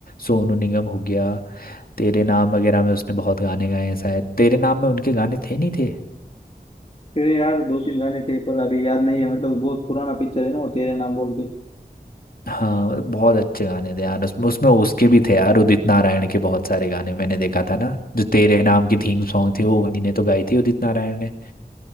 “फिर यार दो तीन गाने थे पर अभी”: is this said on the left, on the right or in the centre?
Left